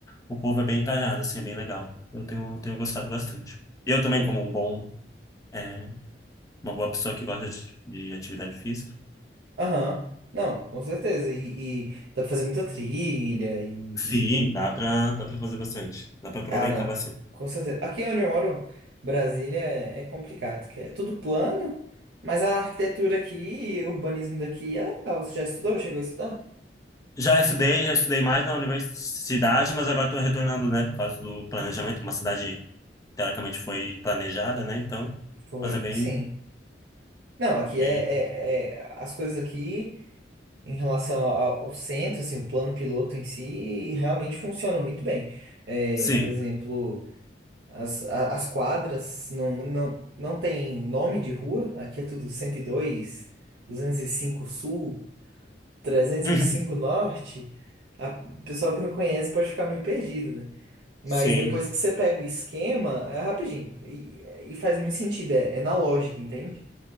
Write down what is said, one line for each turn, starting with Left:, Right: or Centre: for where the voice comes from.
Left: o povo é bem engajado, assim, é bem legal. Eu tenho, tenho gostado bastante. E eu também,
Right: Pô,
Left: como um bom, é, uma boa pessoa que gosta de de atividade física.
Right: Aham. Não, com certeza. E, e dá pra fazer muita trilha e,
Left: Sim, dá pra, dá pra fazer bastante. Dá pra aproveitar
Right: Ah, não.
Left: bastante.
Right: Com certeza. Aqui onde eu moro, Brasília, é é complicado, que é tudo plano, mas a arquitetura aqui e o urbanismo daqui é legal. Você já estudou? Chegou a estudar?
Left: Já estudei, já estudei mais na universidade, mas agora tô retornando, né, por causa do planejamento. Uma cidade, teoricamente, foi planejada, né, então.
Right: Foi,
Left: Mas é bem,
Right: sim. Não, aqui
Left: bem.
Right: é, é- é- as coisas aqui em relação ao, ao centro, assim, o plano piloto em si, realmente funcionam muito bem. É,
Left: Sim,
Right: por exemplo, as, a- as quadras não, não, não tem nome de rua, aqui é tudo cento e dois, duzentos e cinco Sul. trezentos
Left: <laughs>
Right: e cinco Norte, a o pessoal que não conhece pode ficar meio perdido, né? Mas
Left: sim,
Right: depois que você pega o esquema, é rapidinho. E, e faz muito sentido, é, é na lógica, entende?